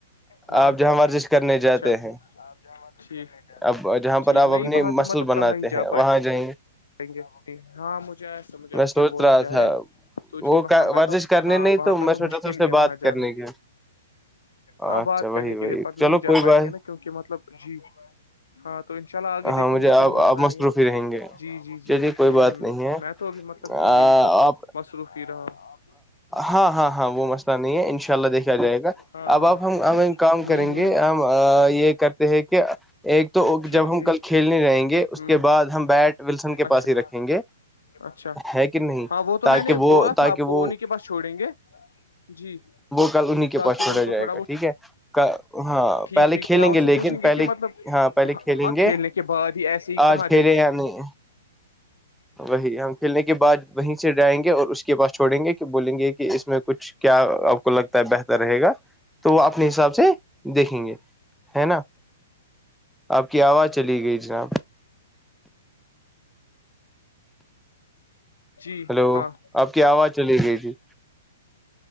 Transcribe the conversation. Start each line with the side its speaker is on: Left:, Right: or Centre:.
Left: ہاں
Centre: آپ جہاں ورزش کرنے جاتے
Left: اچھا
Centre: ہیں
Left: ٹھیک
Centre: اب جہاں پر
Left: ٹھیک
Centre: آپ
Left: نہیں
Centre: اپنی
Left: وہاں تو
Centre: مسل
Left: مطلب
Centre: بناتے
Left: کہاں ہی جا
Centre: ہیں وہاں جائیں گے
Left: پائیں ہاں مجھے ایسمجھے
Centre: میں
Left: آپ
Centre: سوچ
Left: کیا بولنا
Centre: رہا
Left: چاہ
Centre: تھا
Left: رہے ہیں تو
Centre: وہ
Left: جی وہاں کا
Centre: ورزش
Left: تو
Centre: کرنے
Left: ہاں
Centre: نہیں
Left: وہاں
Centre: میں
Left: کا
Centre: سوچا
Left: تو مشکل
Centre: تھا اس سے
Left: ہی ہے
Centre: بات
Left: وہاں جانا
Centre: کرنے کے
Left: ہاں
Centre: اچھا
Left: بات
Centre: وہی
Left: کرنے
Centre: وہی
Left: کے لیے پڑھ نہیں
Centre: چلو
Left: جا
Centre: کوئی
Left: پائیں
Centre: بات
Left: گے نا کیوںکہ مطلب جی ہاں تو ان شاء اللہ آگے
Centre: ہاں
Left: دیکھیں
Centre: مجھے
Left: گے
Centre: آپ
Left: کوئی مسئلہ
Centre: آپ مصروف
Left: نہیں ہے
Centre: ہی رہیں گے
Left: جی جی جی
Centre: چلیے
Left: جی
Centre: کوئی
Left: ہ
Centre: بات
Left: ہ
Centre: نہیں ہے
Left: میں تو ابھی مطلب
Centre: آپ
Left: جی یہی پر مصروف ہی رہا ہ
Centre: ہاں ہاں ہاں وہ مسئلہ نہیں ہے ان شاء اللہ دیکھا جائے گا
Left: ہاں
Centre: اب
Left: ہاں
Centre: آپ ہم ہمیں کام
Left: ہوں
Centre: کریں
Left: ہوں
Centre: گے ہم یہ کر کہ ایک تو
Left: ٹھیک
Centre: جب ہم
Left: ٹھیک
Centre: کل کھیلنے رہیں گے اس
Left: ہوں
Centre: کے بعد ہم بیٹ ولسن کے
Left: اچھا
Centre: پاس ہی رکھیں گے
Left: اچھا
Centre: ہے کہ نہیں
Left: ہاں وہ تو
Centre: تاکہ
Left: میں نے
Centre: وہ
Left: بولا
Centre: تاکہ
Left: تھا آپ کو وہ انہیں کے پاس چھوڑیں گے جی
Centre: وہ کل انہیں کے
Left: تاکہ
Centre: پاس چھوڑا
Left: وہ ان کو
Centre: جائے
Left: تھوڑا
Centre: گا
Left: بہت
Centre: ٹھیک ہے ہاں
Left: ٹھیک
Centre: پہلے
Left: ھیک
Centre: کھیلیں
Left: یا ان
Centre: لیکن
Left: سے پوچھیں
Centre: پہلے
Left: گے کہ مطلب
Centre: ہاں پہلے کھیلیں
Left: ہاں
Centre: گے
Left: کھیلنے کے کے بعد ہی ایسے ہی
Centre: آج
Left: کہاں
Centre: کھیلے
Left: دیں گے
Centre: یا نہیں وہی ہم کھیلنے کے بعد وہیں سے جائیں گے اور اس کے پاس چھوڑیں گے کہ بولیں گے کہ اس میں کچھ کیا آپ کو لگتا ہے بہتر رہے گا تو وہ اپنے حساب سے دیکھیں گے ہے نا آپ کی آواز چلی گئی جناب
Left: جی
Centre: ہلو
Left: ہاں
Centre: آپ کی آواز چلی گئی تھی